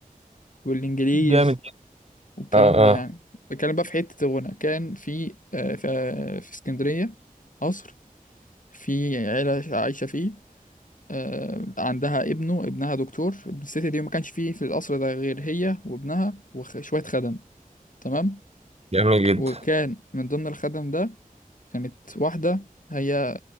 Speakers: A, on the left; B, on the right.
A: والانجليز
B: جامد
A: والكلام
B: اه اه
A: ده يعني بتكلم بقى في حتة الغنى كان في آه، في, آه، في اسكندرية قصر في عيلة عايشة فيه آه، عندها ابنه ابنها دكتور ابن الست دي ما كانش فيه في القصر ده غير هي وابنها وشوية خدم تمام
B: جميل جدا
A: وكان من ضمن الخدم ده كانت واحدة هي